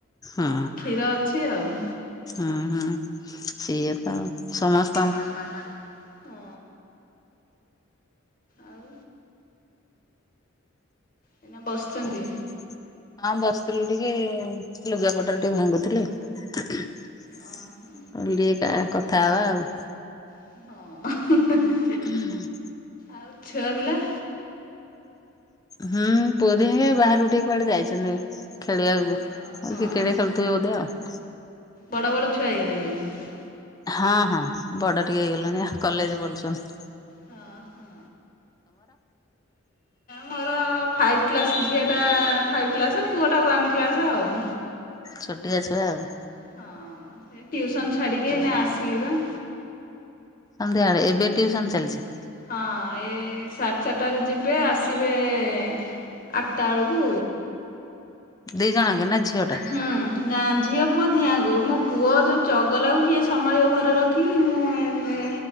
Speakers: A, on the left; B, on the left.
A: ହୁଁ
B: ଆ କ୍ଷୀର ଅଛି ଆଉ।
A: ହୁଁ ହୁଁ, ସିଏ ତ ସମସ୍ତ
B: ସମସ୍ତଙ୍କ ଘରେ ହୁଁ ଆଉ। ଏଇନା ବସିଛନ୍ତି
A: ହାଁ। ଆଉ ବସିଥିଲୁ ଟିକେ-ଏଁ ଲୁଗା ପଟାରା ଟିକେ, ଭାଙ୍ଗୁଥିଲି। କହିଲି
B: ଅ ହଁ
A: ଟିକେ କା କଥା ହବା ଆଉ।
B: ହଁ।
A: ହୁଁ।
B: ଆଉ ଛୁଆ ପିଲା?
A: ହୁଁ, ପୁଅ ଦିହେଁ କେ ବାହାରୁ ଟିକେ କୁଆଡେ ଯାଇଛନି, ଖେଳିବାକୁ
B: ହଁ
A: ଆଉ,
B: ହଁ
A: କିକେଡେ ଖେଳୁଥିବେ ବୋଧେ ଆଉ!
B: ବଡ଼ ବଡ଼ ଛୁଆ ହେଇଗଲେଣିି ମାନେ
A: ହଁ, ହଁ ବଡ ଟିକେ ହେଇଗଲେଣି, ଆ କଲେଜ ପଲୁଛନ୍ତି।
B: ହଁ, ହଁ। ମୋର ଫାଇଭ୍ କ୍ଲାସ୍ ଝିଅଟା-ଆ ଫାଇଭ୍ କ୍ଲାସ୍, ପୁଅଟା ୱାନ୍ କ୍ଲାସ୍ ଆଉ।
A: ଛୋଟିଆ ଛୁଆ ଆଉ।
B: ହଁ, ଏ ଟ୍ୟୁଉସନ୍ ଛାଡିକି ଏଇନା ଆସିଲି ବା!
A: ସନ୍ଧ୍ୟାଏଳେ ଏବେ ଟିଉସନ୍ ଚାଲିଛି।
B: ହଁ, ଏଇ ସାଢେ ଚାରିଟାରେ ଯିବେ ଆସିବେ-ଏଁ ଆ ଅଟ୍ଟା ଅଳକୁ।
A: ଦି ଜଣଯାକ ନା ଝିଅ ଟା?
B: ହୁଁ। ନା ଝିଅ ପୁଅ ଦିହାଙ୍କୁ ଆଁଙ୍କୁୁ ମୋ ପୁଅ ଯଉଁ ଚଗଲାକୁ କିଏ ସମ୍ଭାଳିବ ଘରେ ରଖିକି? ମୁଁ ଏବ ଲେ,